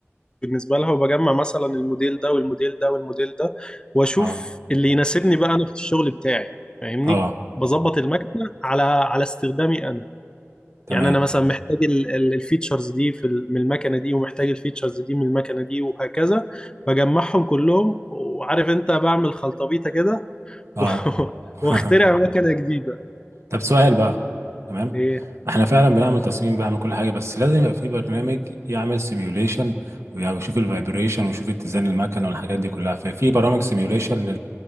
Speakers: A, on the left; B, on the right.
A: بالنسبه لها وبجمع مثلا الموديل ده والموديل ده والموديل ده واشوف
B: اه
A: اللي يناسبني بقى انا في الشغل بتاعي فاهمني
B: اه
A: بظبط المكنه على على استخدامي انا
B: تمام
A: يعني انا مثلا محتاج ال- ال- الفيتشرز دي في ال- من المكنه دي ومحتاج الفيتشرز دي من المكنه دي وهكذا بجمعهم كلهم وعارف انت بعمل خلطبيطه كده <laughs>
B: اه
A: و-
B: <laughs>
A: واخترع مكنه جديده
B: طب سؤال بقى تمام
A: إيه؟
B: احنا فعلا بنعمل تصميم بنعمل كل حاجة بس لازم يبقى في برنامج يعمل سيميوليشن ويشوف الفايبريشن ويشوف اتزان المكن والحاجات دي كلها ففي برامج سيميوليشن